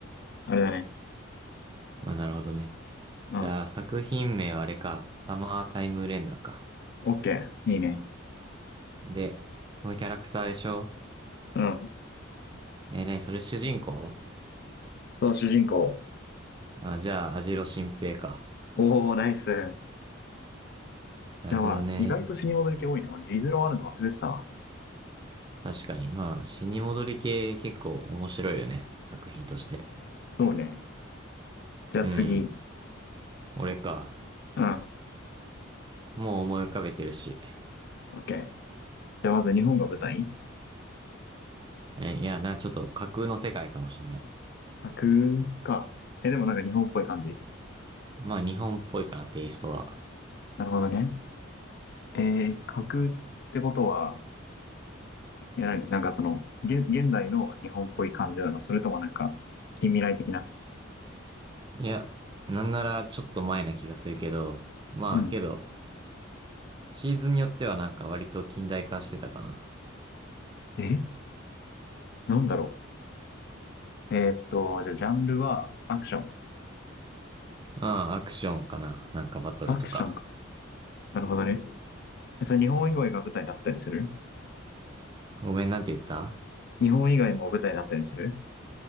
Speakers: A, on the left; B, on the right.
A: あれだね。
B: あ、なるほどね。
A: うん。
B: じゃあ、作品名はあれか。サマータイムレンダーか。
A: オッケー。いいね。
B: で、そのキャラクターでしょ
A: うん。
B: えー、なにそれ主人公
A: そう、主人公。
B: あ、じゃあ、アジロ新平か。
A: おお、ナイス。
B: なるほどね。
A: じゃあまあ、意外と死に戻り系多いね。俺、リゼロあるの忘れてたわ。
B: 確かに。まあ、死に戻り系結構面白いよね。作品として。
A: そうね。じゃあ次。
B: うん。俺か。
A: うん。
B: もう思い浮かべてるし。
A: オッケー。じゃあまず日本が舞台
B: え、いや、な、ちょっと架空の世界かもしんない。
A: 架空か。え、でもなんか日本っぽい感じ。
B: まあ、日本っぽいかな、テイストは。
A: なるほどね。えー、架空ってことは、いや、なんかその、現、現代の日本っぽい感じなのそれともなんか、近未来的な。
B: いや、なんならちょっと前な気がするけど、まあ、
A: うん。
B: けど、シーズンによってはなんか割と近代化してたか
A: えなんだろう。えーっと、じゃあ、ジャンルはアクション。
B: な。ああ、アクションかな。なんかバトルとか。
A: アクションか。なるほどね。それ日本以外が舞台だったりする
B: ごめん、なんて言った
A: 日本以外も舞台だったりする